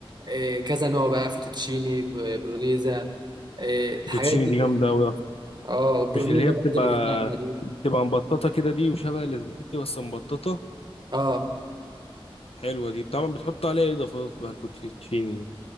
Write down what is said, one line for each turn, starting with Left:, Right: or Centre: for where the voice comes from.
Right: إيه كذا نوع بقى فوتوتشيني ب- برونيزا إيه الحاجات
Left: الفيتشيني
Right: دي
Left: دي جامده
Right: كلها.
Left: قوي اصلا
Right: اه والبرونيزا
Left: مش اللي هي
Right: برضه
Left: بتبقى
Right: اللي باللحمه دي
Left: بتبقى مبططه كده دي وشبه الاسباجيتي بس مبططه
Right: اه
Left: حلوه دي طبعا بتحط عليها إيه اضافات بقى الفوتشيني دي